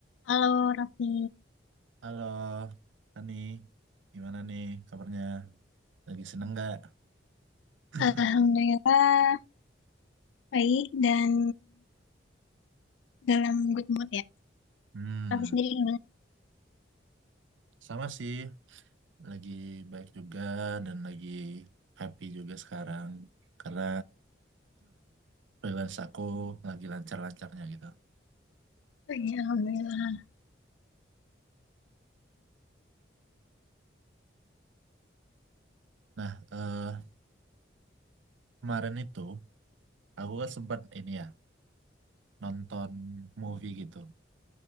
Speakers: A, on the left (about 75°); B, on the right (about 80°).
A: Halo Raffi,
B: Halo, Ani, gimana nih kabarnya? Lagi seneng nggak? <clears throat>
A: Alhamdulillah baik dan dalam good mood ya.
B: Hmm,
A: Raffi sendiri gimana?
B: sama sih, lagi baik juga dan lagi happy juga sekarang karena freelance aku lagi lancar-lancarnya gitu.
A: Oh, iya, Alhamdulillah.
B: Nah, eh, kemarin itu aku kan sempat ini ya nonton movie gitu.